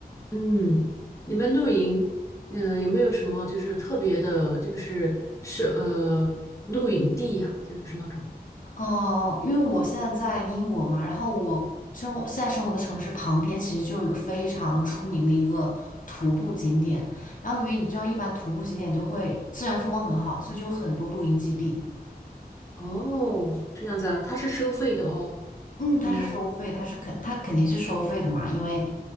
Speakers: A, on the left (about 20°); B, on the left (about 55°).
A: 嗯，你们露营，呃，有没有什么就是特别的，就是是呃露营地呀、就是那种
B: 哦，因为我现在在英国嘛，然后我生活现在生活的城市旁边其实就有一个非常出名的一个徒步景点，然后因为你知道，一般徒步景点就会自然风光很好，所以就有很多露营基地。
A: 哦，这样子啊，它是收费的哦，
B: 嗯，它是收费，
A: 应该
B: 它是肯，它肯定是收费的嘛，因为，